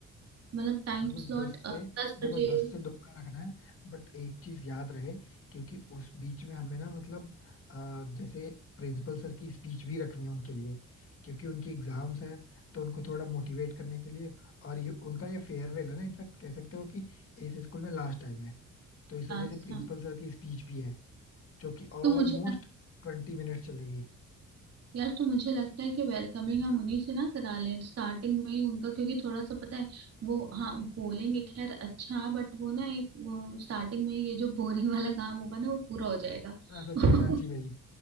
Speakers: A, on the right (about 55°); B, on the left (about 45°).
A: मतलब टाइम
B: मतलब
A: स्लॉट
B: दस से
A: दस
B: देखो
A: बजे
B: दस से दो का रखना है बट एक चीज याद रहे क्योंकि उस बीच में हमें ना मतलब अ, जैसे प्रिंसिपल सर की स्पीच भी रखनी है उनके लिए क्योंकि उनकी एग्जाम्स है तो उनको थोड़ा मोटिवेट करने के लिए और ये उनका ये फेयरवेल है ना इनफैक्ट कह सकते हो कि इस स्कूल में लास्ट टाइम है तो इस
A: लास्ट
B: वजह से प्रिंसिपल
A: हाँ
B: सर की स्पीच भी है जो कि ऑलमोस्ट
A: तो मुझे
B: ट्वेंटी मिनट चलेगी
A: यार तो मुझे लगता है कि वेलकमिंग हम उन्हीं से ना करा लें स्टार्टिंग में ही उनका क्योंकि थोड़ा सा पता है वो हाँ बोलेंगे खैर अच्छा बट वो ना एक वो स्टार्टिंग में ही ये जो बोरिंग वाला काम होगा ना वो पूरा हो जाएगा
B: ना सबकी
A: <laughs>
B: एनर्जी में ही